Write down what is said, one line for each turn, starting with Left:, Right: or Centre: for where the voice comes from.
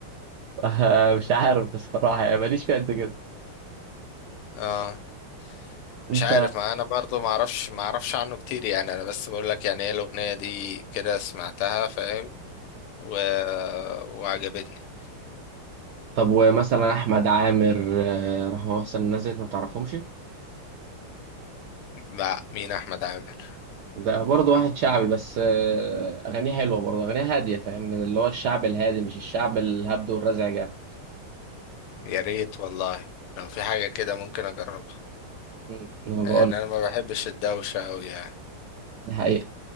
Right: <laughs> مش عارف بصراحة يعني ماليش فيها قد كده
Left: اه
Right: انت
Left: مش عارف ما انا برضو ما اعرفش ما اعرفش عنه كتير يعني انا بس بقول لك يعني ايه الاغنيه دي كده سمعتها فاهم و... وعجبتني
Right: طب ومثلا احمد عامر آه، راح مثلا الناس ديت ما تعرفهمش
Left: مع مين احمد عامر
Right: ده برضه واحد شعبي بس آه، اغانيه حلوه برضه اغانيه هاديه فاهم من اللي هو الشعب الهادي مش الشعب الهبد والرزع جامد
Left: يا ريت والله لو في حاجه كده ممكن اجربها
Right: أمم، انا بقول
Left: لان
Right: لك،
Left: انا ما بحبش الدوشه قوي يعني
Right: ده حقيقي